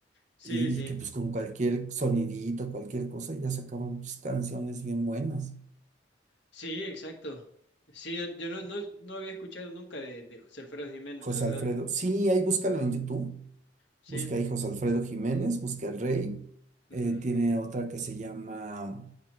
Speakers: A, on the left; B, on the right.
A: Sí,
B: Y,
A: sí.
B: y que pues con cualquier sonidito, cualquier cosa, ya sacaban pues, canciones bien buenas.
A: Sí, exacto. Sí, yo, yo no, no, no había escuchado nunca de, de José Alfredo Jiménez,
B: José
A: la verdad.
B: Alfredo, sí, ahí búscalo en YouTube.
A: Sí.
B: Busca ahí José Alfredo Jiménez, busca El Rey.
A: ujú,
B: Eh, tiene otra que se llama